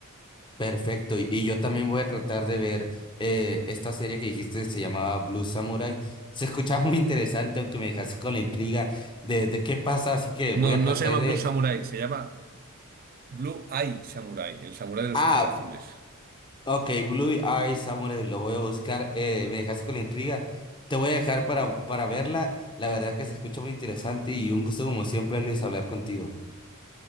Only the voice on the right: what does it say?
No,
no
se llama
Blue Samurai, se llama Blue Eye Samurai, el samurái de los
ojos azules.